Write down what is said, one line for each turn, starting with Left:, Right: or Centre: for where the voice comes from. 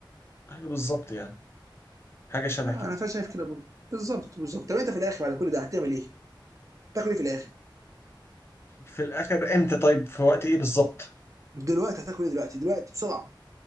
Left: ايوه بالظبط يعني حاجه شبه
Right: يعني
Left: كده
Right: انا فعلا شايف كده برضه بالظبط بالظبط طب انت في الاخر بعد كل ده هتعمل ايه؟ هتاكل ايه في الاخر؟
Left: في الاخر امتى طيب في وقت ايه بالظبط
Right: دلوقتي هتاكل ايه دلوقتي؟ دلوقتي بسرعه